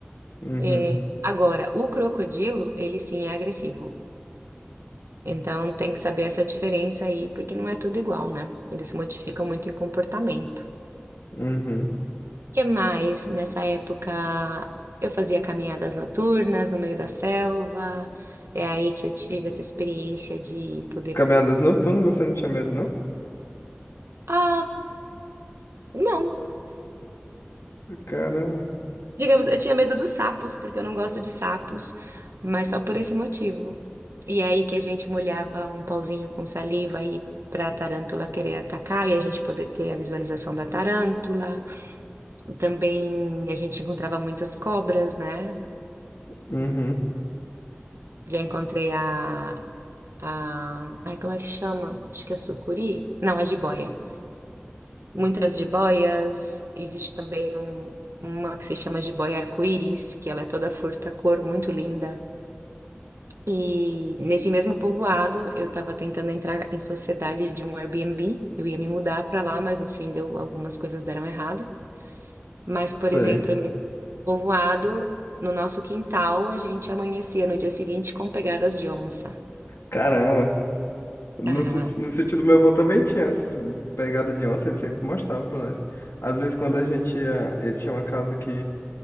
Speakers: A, on the left; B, on the right.
A: Uhum,
B: É, agora, o crocodilo, ele sim é agressivo. Então tem que saber essa diferença aí, porque não é tudo igual, né? Eles se modificam muito em comportamento.
A: uhum.
B: que mais? Nessa época eu fazia caminhadas noturnas no meio da selva. É aí que eu tive essa experiência de poder.
A: Caminhadas noturnas, você não tinha medo, não?
B: Ah, não.
A: Caramba.
B: Digamos, eu tinha medo dos sapos, porque eu não gosto de sapos, mas só por esse motivo. E é aí que a gente molhava um pauzinho com saliva aí para a tarântula querer atacar e a gente poder ter a visualização da tarântula. Também a gente encontrava muitas cobras, né?
A: Uhum,
B: Já encontrei a a. Ai, como é que chama? Acho que é sucuri? Não, a jiboia. Muitas jiboias. Existe também um- uma que se chama jiboia arco-íris, que ela é toda furta-cor, muito linda. E nesse mesmo povoado, eu estava tentando entrar em sociedade de um Airbnb. Eu ia me mudar para lá, mas no fim deu, algumas coisas deram errado. Mas, por
A: sei.
B: exemplo, nesse povoado, no nosso quintal, a gente amanhecia no dia seguinte com pegadas de onça.
A: Caramba. No,
B: Aham.
A: si- no sítio do meu avô também tinha essa pegada de onça, ele sempre mostrava pra nós. Às vezes, quando a gente ia, ele tinha uma casa que.